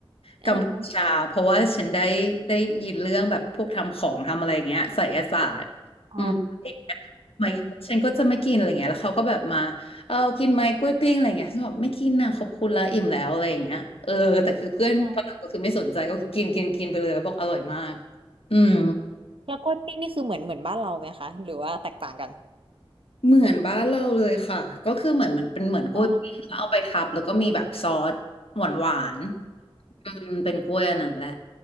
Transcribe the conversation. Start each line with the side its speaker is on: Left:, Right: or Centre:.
Right: อ่า
Left: กัมพูชาเพราะว่าฉันได้ได้ยินเรื่องแบบพวกทำของทำอะไรอย่างเงี้ยไสยศาสตร์อืมอะไรอย่างเงี้ยไหมฉันก็จะไม่กินอะไรเงี้ยแล้วเขาก็แบบมาเออกินไหมกล้วยปิ้งอะไรเงี้ยฉันบอกไม่กินนะขอบคุณละอิ่มแล้วอะไรอย่างเงี้ยเออแต่คือเพื่อนฝรั่งก็คือไม่สนใจก็คือกินกินกินไปเลยแล้วบอกอร่อยมาก
Right: อ๋ออ่าฮะ
Left: อืม
Right: แล้วกล้วยปิ้งนี่คือเหมือนเหมือนบ้านเราไหมคะหรือว่าแตกต่างกัน
Left: เหมือนบ้านเราเลยค่ะก็คือเหมือนมันเป็นเหมือนกล้วยปิ้งแล้วเอาไปทับแล้วก็มีแบบซอสหวานหวาน
Right: อ๋อ
Left: อืมเป็นกล้วยอันนั้นแหละ